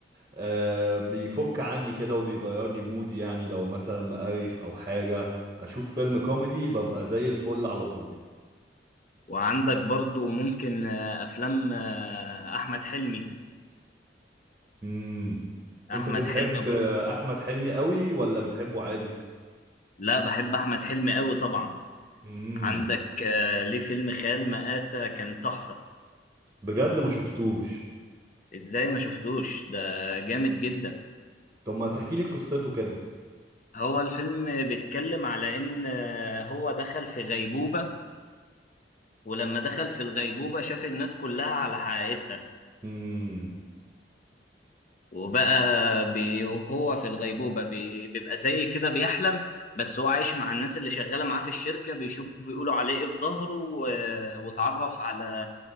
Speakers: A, on the right; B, on the left.
A: آه بيفك عني كده وبيغير لي مودي يعني لو مثلا مقرف او حاجه اشوف فيلم كوميدي ببقى زي الفل على طول
B: وعندك برضو ممكن آه، أفلام آه، أحمد حلمي
A: امم
B: احمد
A: انت بتحب
B: حلمي برضه
A: آه، احمد حلمي قوي ولا بتحبه عادي
B: لا بحب احمد حلمي قوي طبعا
A: امم
B: عندك آه، ليه فيلم خيال مآتة كان تحفة
A: بجد ما شفتوش
B: ازاي ما شفتوش ده جامد جدا
A: طب ما تحكي لي قصته كده
B: هو الفيلم بيتكلم على ان آه، هو دخل في غيبوبة ولما دخل في الغيبوبة شاف الناس كلها على حقيقتها
A: امم
B: وبقى بي وهو في الغيبوبة بي بيبقى زي كده بيحلم بس هو عايش مع الناس اللي شغالة معاه في الشركة بيشوفوا بيقولوا عليه ايه في ظهره و- واتعرف على